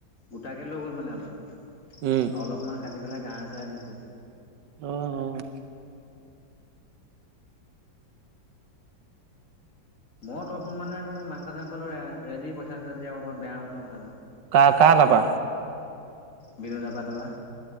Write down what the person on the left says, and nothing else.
গোটাকে লৈ গ'ল মানে অলপ
অলপমান কাটি পেলাই গা চা দিছে
মই ত অপ সোনমানে আকৌ মই মাংস চাংসৰেদি পইচা এ দি আক বেয়া হব ন কথাটো <unintelligible>
বিনোদ আ পাদাব <unintelligible>